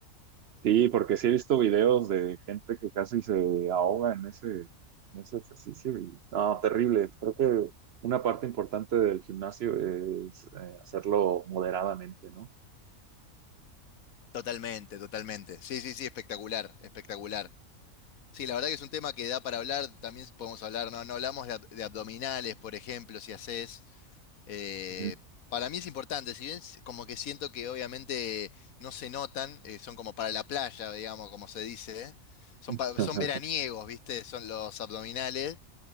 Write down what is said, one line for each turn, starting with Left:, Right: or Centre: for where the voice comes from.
Right: sí, porque sí he visto videos de gente que casi se ahoga en ese, en ese ejercicio y, no, terrible. Creo que una parte importante del gimnasio es eh, hacerlo moderadamente, ¿no?
Left: Totalmente, totalmente. Sí, sí, sí, espectacular, espectacular. Sí, la verdad que es un tema que da para hablar, también podemos hablar, no, no hablamos de, ab- de abdominales, por ejemplo, si haces, eh,
Right: Ujú.
Left: para mí es importante, si bien s- como que siento que obviamente no se notan, eh, son como para la playa, digamos, como se dice, ¿eh? Son,
Right: <laughs>
Left: pa- son veraniegos, ¿viste? Son los abdominales,